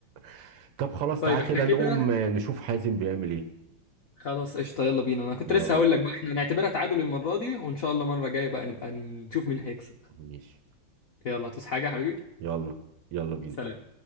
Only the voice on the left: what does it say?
طيب
احنا
كده
خلاص قشطة يلا بينا انا كنت
لسه هقول
لك بقى احنا نعتبرها تعادل المرة دي وان شاء الله المرة الجاية بقى نبقى نشوف مين هيكسب
يلا هتوس حاجة يا حبيبي
سلام